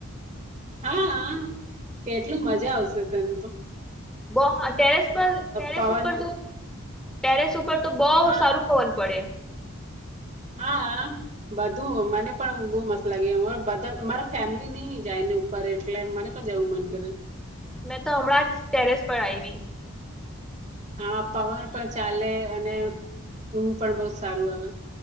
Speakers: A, on the right (about 30°); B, in the centre.
A: હા હ. કેટલું મજા આવશે. સંત.
B: બ ટેરેસ પર ટેરેસ
A: પવન
B: ઉપર તો ટેરેસ ઉપર તો બહુ
A: હા,
B: સારું પવન પડે.
A: હા, બધું મને પણ બહુ મસ્ત લાગે બધા મારા ફેમિલી નઈ જાય ને ઉપર એટલે મને પણ જવું મન કરે.
B: મેં તો હમણાં જ ટેરેસ પર આવી.
A: હા પવન પણ ચાલે અને ઊંઘ પણ બહત સારું આવે.